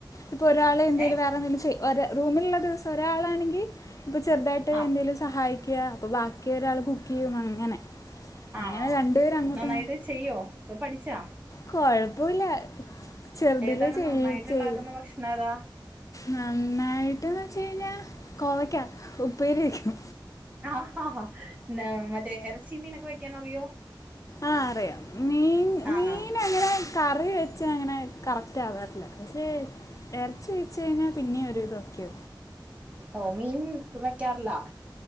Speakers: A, on the left; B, on the right.
A: ഇപ്പൊ ഒരാള് എന്തെേലും
B: ഏ
A: വേറെ എന്തെങ്കിലും ചെയ്യ ഒര റൂമിലുള്ള ദിവസം ഒരാളാണെങ്കി ഇപ്പ ചെറുതായിട്ട്
B: ആ
A: എന്തേലും സഹായിക്ക അപ്പോ ബാക്കി ഒരാള് കുക്കെയ്യും അങ്ങനെ
B: ആഹ്
A: അങ്ങനെ രണ്ടുപേരും
B: ഓക്കേ ഓക്കെ
A: അങ്ങോട്ടും
B: നന്നായിട്ട് ചെയ്യോ പ്പ പഠിച്ചാ
A: കൊഴപ്പൂല്ല ചെർതിലേ
B: ഏതാണ്
A: ചെയ്യ്
B: നന്നായിട്ട്
A: ചെയ്
B: ഉണ്ടാക്കുന്ന ഭക്ഷണം ഏതാ
A: നന്നായിട്ട്ന്ന് വച് കഴിഞ്ഞാ കോവയ്ക്ക ഉപ്പേരി വെക്കും.
B: ആഹ ഹാ ഹാ നെ മറ്റേ എറ്ച്ചി മീനൊക്കെ വെക്കാൻ അറിയോ?
A: ആഹ് അറിയാം മീൻ
B: ആ
A: മീനങ്ങനെ.
B: ആ
A: കറി വെച്ച് അങ്ങനെ കറക്റ്റാവാറില്ല പക്ഷേ എറ്ച്ചി വച്ച് കഴിഞ്ഞാൽ. പിന്നെ ഒരു വിതൊക്കെ.
B: ഓ മീൻ വെക്കാറില്ല.